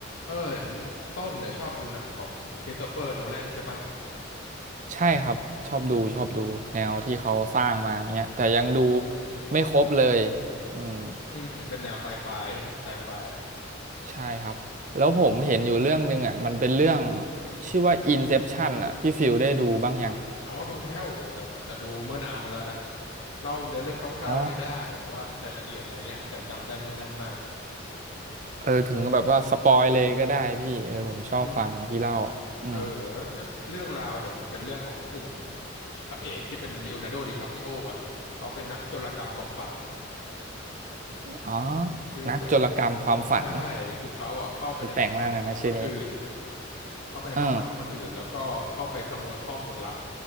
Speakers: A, on the left; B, on the right.
A: เออเห็นต้นเนี่ยชอบดูหนังของคริสโตเฟอร์โนแลนใช่ปะ
B: ใช่ครับชอบดูชอบดูแนวที่เขาสร้างมาเนี้ยแต่ยังดูไม่ครบเลยอืม
A: อืมอืมเป็นแนวไซไฟใช่ไหมไซไฟ
B: ใช่ครับแล้วผมเห็นอยู่เรื่องหนึ่งอ่ะมันเป็นเรื่องชื่อว่า Inception อ่ะพี่ฟิลได้ดูบ้างยัง
A: อ๋อดูแล้วโอ้แต่แต่ดูเมื่อนานมาแล้วนะเล่าเนื้อเรื่องคร่าวๆให้ได้แต่ว่ารายละเอียดอะไรเงี้ยอาจจะจำได้ไม่แน่นมาก
B: อ๋อเออถึงแบบว่าสปอยเลยก็ได้พี่เออผมชอบฟังพี่เล่า
A: อืม
B: อืม
A: เออแล้วเรื่องราวเดี๋ยวมันเป็นเรื่องของกลุ่มพระเอกที่เป็นลีโอนาร์โดดิคาปิโออ่ะเขาเป็นนักโจรกรรมความฝัน
B: อ๋อ
A: คือเหมือน
B: นักโจรกรรมความฝัน
A: ใช่ คือเขาอ่ะเข้าไปในความฝันของคนอื่น
B: อุ๊ยแปลกมากเลยนะชื่อนี้
A: เข้าไปในความฝันของคนอื่นแล้วก็เข้าไปขโมยข้อมูลลับ
B: เออ